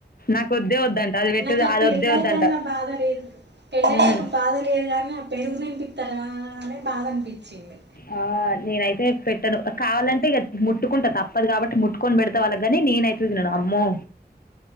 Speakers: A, on the left; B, on the right.
A: నాకొద్దే వద్దంట అది పెట్టేది
B: నాకు ఆ
A: అది
B: పెళ్ళయిత
A: వద్దే వద్దంట
B: నా బాధ లేదు పెళ్ళయి
A: ఉమ్
B: నపుడు బాధ లేదు కానీ పెరుగుతినిపి చ గానే బాద అనిపించింది
A: ఆ నేనైతే పెట్టను కావాలంటే ఇక ముట్టుకుంట తప్పదు కాబట్టి ముట్టుకొని పెడతా వాళ్ళ కి గాని నేనైతే తినను అమ్మో